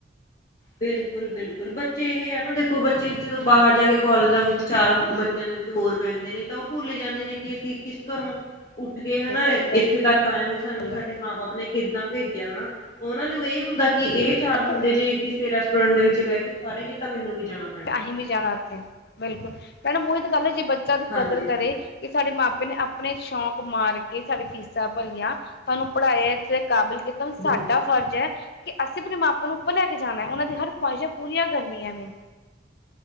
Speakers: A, on the left (about 40°); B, on the left (about 55°).
A: ਬਿਲਕੁਲ-ਬਿਲਕੁਲ ਬੱਚੇ ਏਹ ਐ ਨਾ ਦੇਖੋ ਬੱਚੇ ਜਦੋਂ ਬਾਹਰ ਜਾ ਕੇ ਕੋਲਜਾਂ ਵਿੱਚ ਚਾਰ ਬਚ ਚੇਆਂ ਦੇ ਵਿੱਚ ਹੋਰ ਬੈਹੰਦੇ ਨੇ ਤਾਂ ਓ ਭੁੱਲੇ ਜਾਂਦੇ ਨੇ ਕਿ ਅਸੀਂ ਕਿਸ ਘਰੋਂ ਉੱਠ ਕੇ ਹੈਨਾ
B: ਸਹੀ
A: ਇੱਥੇ ਤੱਕ ਆਏ ਆਂ ਵੀ ਸਾਨੂੰ
B: ਗੱਲ
A: ਸਾਡੇ
B: ਹੈ
A: ਮਾਂ-ਬਾਪ ਨੇ ਕਿੱਦਾਂ ਭੇਜੇਆ ਹੈਨਾ ਓਨਾਂ ਨੂੰ ਏਹ ਹੁੰਦਾ ਕਿ ਏਹ ਚਾਰ
B: ਦੇਖੋ
A: ਬੰਦੇ ਜੇ ਕਿ ਕਿਤੇ ਰੈਸਟੋਰੈਂਟ ਦੇ ਵਿੱਚ ਬੈਹ ਕੇ ਖਾ ਰਏ ਨੇ ਤਾਂ ਮੈਨੂੰ ਵੀ ਜਾਣਾ ਪੈਣਾ
B: ਤੇ ਅਸੀ਼ ਵੀ ਜਾਣਾ ਓਥੇ ਬਿਲਕੁਲ ਭੈਣ ਓਹੀ ਤੇ ਗੱਲ ਐ ਜੇ ਬੱਚਾ ਜੇ
A: ਹਾਂਜੀ
B: ਕਦਰ ਕਰੇ ਕਿ ਸਾਡੇ ਮਾਂਪੇ ਨੇ ਆਪਣੇ ਸ਼ੌਂਕ ਮਾਰ ਕੇ ਸਾਡੀ ਫੀਸਾਂ ਭਰੀਆਂ ਤੁਆਨੂੰ ਪੜਾਆ ਇਥੇ ਕਾਬਲ ਕੀਤਾ
A: ਬਿਲਕੁਲ
B: ਓ ਸਾਡਾ ਫਰਜ਼ ਐ ਕਿ ਅਸੀਂ ਆਪਣੇ ਮਾਪਿਓ ਨੂੰ ਉੱਪਰ ਲੈ ਕੇ ਜਾਣਾ ਓਨਾਂ ਦੀ ਹਰ ਖਵਾਹਿਸ਼ਾਂ ਪੂਰੀਆਂ ਕਰਨੀਆਂ ਨੇ।